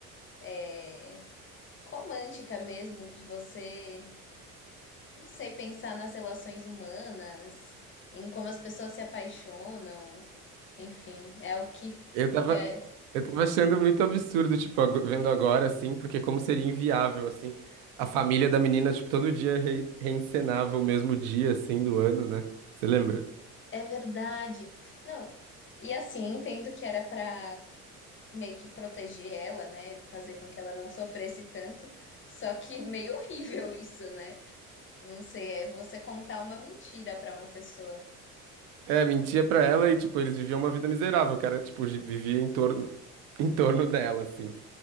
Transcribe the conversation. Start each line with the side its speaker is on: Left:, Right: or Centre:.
Left: é, romântica mesmo, de você, não sei, pensar nas relações humanas, em como as pessoas se apaixonam, enfim, é algo que,
Right: Eu tava,
Left: que é,
Right: eu tava achando muito absurdo, tipo, ago- vendo agora assim, porque como seria inviável assim, a família da menina, tipo, todo dia re reencenava o mesmo dia assim do ano, né? Você lembra?
Left: é verdade. Não, e assim, entendo que era para meio que proteger ela, né, fazer com que ela não sofresse tanto, só que <laughs> meio horrível isso, né? Não sei, é você contar uma mentira para uma pessoa.
Right: É, mentia pra ela e tipo, eles viviam uma vida miserável, o cara, tipo, gi- vivia em torno em torno dela assim.